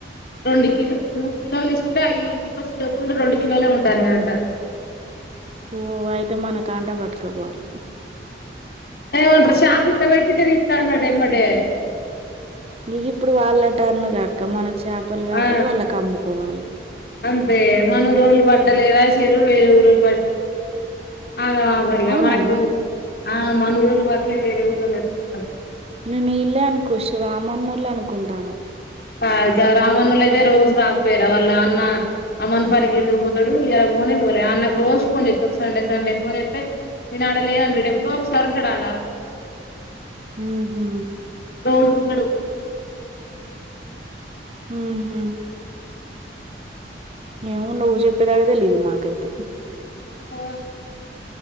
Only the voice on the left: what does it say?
రెండు కి మూడు కిలోలు తీసుకుంటే అవి ఇంటికి వచ్చి చూసుకుంటే రెండు కిలోలే ఉంటాయి దనాట
ఏమంట్ర షాపిట్లా పెట్టిఇట్ల తీస్తన్నాడు య్యమ్మటే
ఆ
అంతే మన ఊరోళ్ళు పట్టలేదా చేరువు వేర ఊరోళ్ళు బట్టి అగామాగ
మైతుంది మనకు ఆ మన ఊరోళ్ళు పట్టలె వేరే ఊరోళ్ళు వచ్చి పట్
కాదు కా రామన్నుల్లు అయితే రోజు రాకపోయిరా వాళ్ళ అన్న అమ్మన్ పనికి ఎందుకు పోతాడు ఇలా పోనే పోలే అన్నకు రోజు ఫోన్ చేస్తాడు సండే సండే ఫోన్ చేస్తే నేనా ఆడ లేనంటడు ఎప్పుడో ఒకసారి ఉంటాడాడా
రోజు ఉంటాడు
ఆ